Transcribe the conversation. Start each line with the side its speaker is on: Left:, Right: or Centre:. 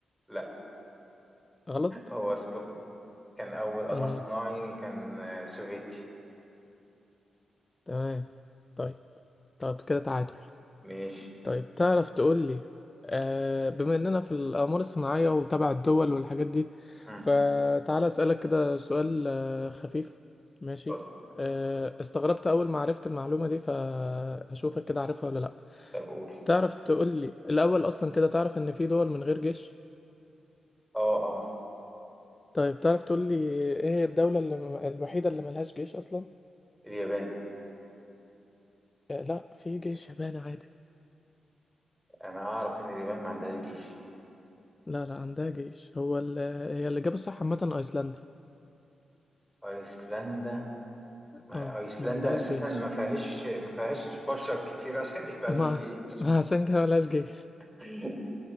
Centre: لا
Left: غلط
Centre: هو سبوتنيك كان اول قمر
Left: اه
Centre: صناعي كان آه، سوفيتي
Left: تمام طيب طب كده تعادل
Centre: ماشي
Left: طيب تعرف تقول لي آه بما اننا في الاقمار الصناعيه وتبع الدول والحاجات دي
Centre: مم،
Left: فتعالى اسالك كده سؤال آه خفيف ماشي
Centre: اتفضل
Left: آه استغربت اول ما عرفت المعلومه دي فهشوفك كده عارفها ولا لا
Centre: طب قول
Left: تعرف تقول لي الاول اصلا كده تعرف ان في دول من غير جيش
Centre: اه اعرف
Left: طيب تعرف تقول لي ايه هي الدوله اللي م- الوحيده اللي ملهاش جيش اصلا
Centre: اليابان
Left: آه لا في جيش يابان عادي
Centre: انا اعرف ان اليابان ما عندهاش جيش
Left: لا لا عندها جيش هو ال- هي الاجابه الصح عامه ايسلندا
Centre: ايسلندا ما
Left: اه
Centre: هي ايسلندا
Left: ما عندهاش
Centre: اساسا
Left: جيش
Centre: ما فيهاش ما فيهاش بشر كتير عشان يبقى
Left: ما
Centre: لهم جيش
Left: ما عشان كده ملهاش جيش
Centre: <laughs>